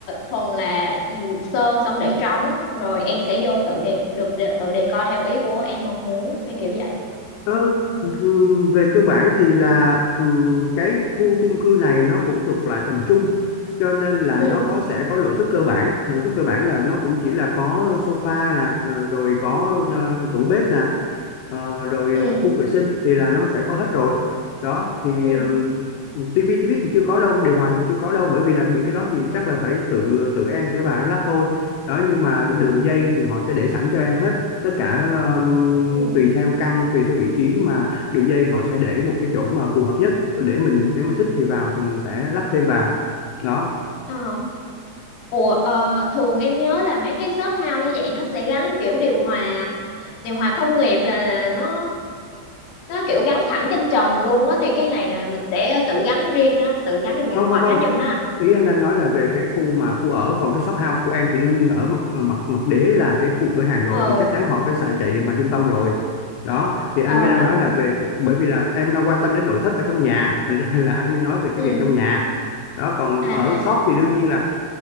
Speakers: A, on the left (about 65°); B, on the left (about 85°).
A: thuần là ừ, sơn xong để trống rồi em sẽ vô tự đề được đề- tự đề co theo ý của em mong muốn cái kiểu vậy
B: Ờ, ừm, về cơ bản thì là ừm, cái khu chung cư này nó cũng thuộc loại tầm trung cho nên là
A: ừ
B: nó có sẽ có nội thất cơ bản nội thất cơ bản là nó cũng chỉ là có sofa nè ờ, rồi có ờ, tủ bếp nè ờ, rồi
A: ừ
B: khu vệ sinh thì là nó sẽ có hết rồi đó thì
A: ừ
B: ừm, tivi tivi thì chưa có đâu điều hòa thì chưa có đâu bởi vì làm những cái đó thì chắc là phải tự tự em sẽ vào em lắp thôi đó nhưng mà
A: ừ
B: đường dây thì họ sẽ để sẵn cho em hết tất cả um,
A: ừ
B: tùy theo căn tùy theo vị trí mà đường dây họ sẽ để một cái chỗ mà phù hợp nhất để mình nếu mà thích thì vào
A: ừ.
B: thì mình sẽ lắp thêm vào đó
A: Ờ. Ủa, ờ, thường em nhớ là mấy cái shop house như vậy nó sẽ gắn kiểu điều hòa điều hòa công nghiệp là nó nó kiểu gắn thẳng trên trần luôn á thì cái này là mình sẽ tự gắn riêng ha tự gắn điều
B: không không
A: hòa
B: không
A: cá nhân ha anh
B: ý anh đang nói là về cái khu mà khu ở còn cái shop house của em thì đương nhiên ở mặt mặt mặt đế là cái khu cửa hàng rồi
A: ờ
B: thì chắc chắn họ phải xài chạy điều hòa trung tâm rồi đó thì anh
A: ờ
B: mới đang
A: ờ
B: nói là về bởi vì là em đang quan tâm đến nội thất ở trong nhà thành ra là anh mới nói về cái
A: ừ
B: việc trong nhà đó còn
A: à
B: ở
A: à
B: shop
A: à
B: thì đương nhiên là